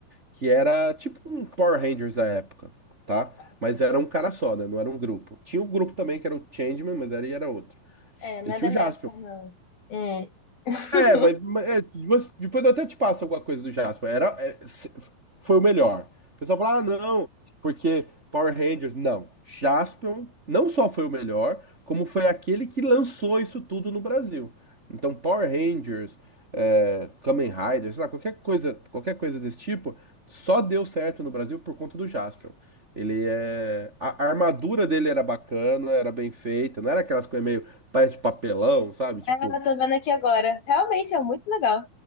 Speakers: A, on the right; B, on the left.
A: que era tipo um Power Rangers da época, tá?
B: Nossa.
A: Mas era um cara só, né? Não era um grupo. Tinha um grupo também que era o Changeman, mas era, era outro.
B: É, não
A: E
B: é
A: tinha
B: da minha
A: o Jaspion.
B: época, não. Hum. <laughs>
A: É, mas, mas é, depois depois eu até te passo alguma coisa do Jasper. Era, é, se- foi o melhor. O pessoal fala, ah, não, porque Power Rangers. Não. Jaspion não só foi o melhor, como foi aquele que lançou isso tudo no Brasil. Então, Power Rangers,
B: Hum.
A: é, Kamen Rider, sei lá, qualquer coisa, qualquer coisa desse tipo, só deu certo no Brasil por conta do Jaspion. Ele é. A a armadura dele era bacana, era bem feita, não era aquelas coisas meio. Parece papelão, sabe? Tipo,
B: Ah, tô vendo aqui agora. Realmente é muito legal.